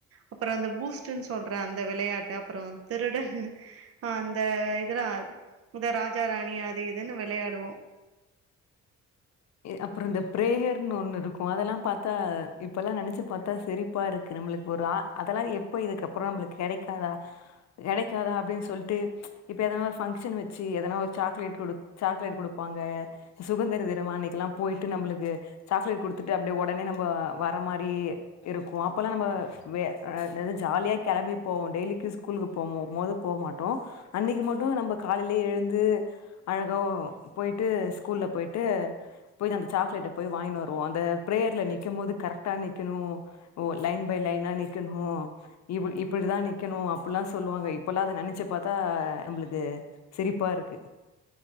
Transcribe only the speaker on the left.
அப்பறொ இந்த பிரேயர்னு ஒன்னு ருக்கு அதெல்லா பாத்தா இப்பல்லா நெனைச்சு பாத்தா செரி ப்பா ருக்கு நம்பளுக்கு ஒரு அதெல்லாம் எப்ப இதுக்கப்பறம் நம்மளுக்கு கெடைக்காதா கெடைக்காதா அப்டின் சொல்ட்டு இப்போ எதனா ஒரு ஃபங்க்ஷன் வச்சு எதனா ஒரு சாக்லேட் கொடுத் சாக்லேட் கொடுப்பாங்க சுகந்திர தினம் அன்னைக்கெலாம் போயிட்டு நம்மளுக்கு சாக்லேட் கொடுத்துட்டு அப்டியே உடனே நம்ம வர மாரி இருக்கு அப்பல்லா நம்ம வெ அ என்னது ஜாலியா கெளம்பி போவோ டெய்லிக்கு ஸ்கூலுக்கு போமும் போது போம்மாட்டோ அன்னைக்கு மட்டு நம்ம காலையிலயே எழுந்து அழகா போய்டு ஸ்கூல்ல போய்ட்டு போய் அந்த சாக்லேட்ட போய் வாங்கினு வருவோ அந்த பிரேயர்ல நிக்கு போது கரெட்டா நிக்கணு ஓ லைன் பை லைனா நிக்கணு இ இப்படிதா நிக்கணு அப்டில்லா சொல்லுவாங்க இப்பலா அத நெனச்சி பாத்தா நம்மளுக்கு சிரிப்பா ருக்கு